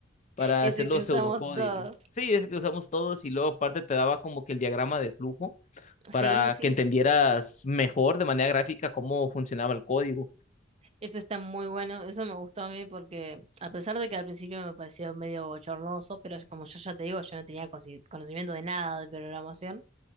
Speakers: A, on the left; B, on the right.
A: para
B: Ese
A: hacer los
B: que usamos
A: pseudocódigos.
B: todos.
A: Sí, es que usamos todos y luego aparte te daba como que el diagrama de flujo para
B: Sí, sí.
A: que entendieras mejor de manera gráfica cómo funcionaba el código.
B: Eso está muy bueno, eso me gustó a mí porque a pesar de que al principio me pareció medio bochornoso, pero es como yo ya te digo, yo no tenía consi- conocimiento de nada de programación,